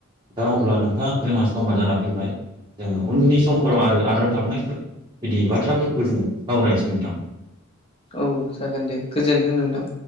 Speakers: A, on the right; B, on the left.
A: दा अब्ला नोंथां जोंहा समा जाना फैबाय। जोंङो उननि समफोराव
B: औ
A: आरो आद्रा थाबनाय बिदि बाथ्राफोरखौ जों सावरायनोसै नोंथां।
B: औ जागोन दे गोजोन्थों नोंथां।